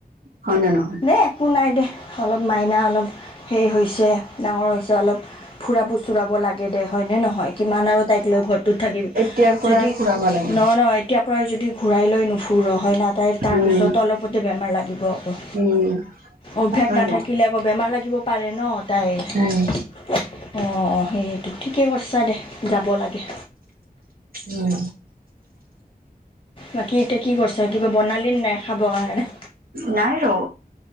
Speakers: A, on the right; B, on the left.
A: হয় না নহয়
B: দে একো নাই দে অলপ মাইনা অলপ হেই হৈছে ডাঙৰ হৈছে অলপ ফুৰাব চুৰাব লাগে দে হয়নে নহয় কিমান আৰু তাইক লৈ ঘৰটোত থাকিবি
A: এতিয়াৰ পৰাই
B: যদি
A: ফুৰাব লাগে।
B: নহয় নহয় এতিয়াৰ পৰাই যদি ঘূৰাই লৈ নুফুৰ হয় না তাইৰ তাৰপিছত
A: উম,
B: অলপতে বেমাৰ লাগিব আকৌ
A: উম
B: অভ্যাস
A: তাকেইতো।
B: নাথাকিলে আকৌ বেমাৰ লাগিব পাৰে ন তাইৰ
A: উম,
B: অ অ সেয়েটো ঠিকে কৰিছা দে যাব লাগে
A: উম
B: বাকী এতিয়া কি কৰিছা কিবা বনালি নাই খাবৰ কাৰণে
A: নাই ৰ